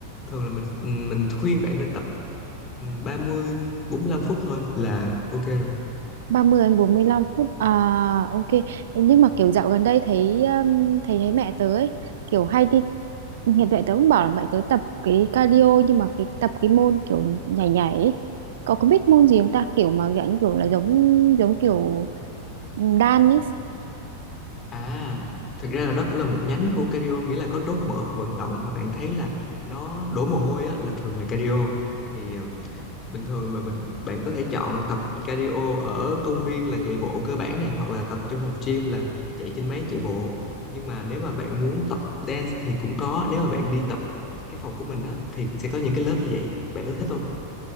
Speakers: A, on the left; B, on the right.
A: thường là mình ừ, mình khuyên bạn nên tập ừ, ba mươi bốn mươi lăm phút thôi là ok rồi
B: 30 đến 45 phút à ok Ê, nhưng mà kiểu dạo gần đây thấy um, thấy thấy mẹ tớ ấy kiểu hay đi hiện tại tớ cũng bảo là mẹ tớ tập cái cardio nhưng mà cái tập cái môn kiểu nhảy nhảy ấy. Cậu có biết môn gì không ta kiểu mà dạng như kiểu là giống giống kiểu đan ấy
A: à thực ra là đó cũng là một nhánh của cardio nghĩa là có đốt mỡ và vận động mà bạn thấy là nó đổ mồ hôi á là thường là cardio thì bình thường mà mình bạn có thể chọn tập cardio ở công viên là chạy bộ cơ bản nè hoặc là tập trong phòng gym là chạy trên máy chạy bộ nhưng mà nếu mà bạn muốn tập dance thì cũng có nếu mà bạn đi tập cái phòng của mình á thì sẽ có những cái lớp như vậy bạn có thích không